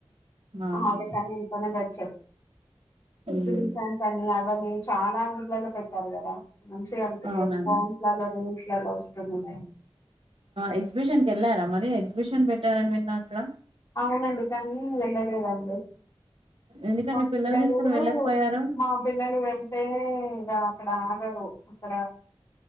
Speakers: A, on the right; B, on the left.
A: అవునా
B: హాలిడేస్ అన్ని ఇంట్లోనే గడిచాయి
A: ఉమ్
B: ఇద్దరు ఇషాంతని అవలేదు చాలా ఊర్లలో పెట్టారు కదా మంచిగా అనిపిస్తంది
A: అవునండి
B: ప్యాంప్లలో తీసి ఇక లవ్ స్టోరీనే ఉంది
A: ఎగ్జిబిషన్ కి వెళ్లారా మరి ఎగ్జిబిషన్ పెట్టారని విన్నా అక్కడ
B: అవునండి కానీ వేళ్ళలేదండి
A: ఎందుకండి
B: మా పిల్లలు
A: తీసుకుని వెళ్ళకపోయారు
B: మా పిల్లలు వెంటే రా క్కడ యారు అక్కడ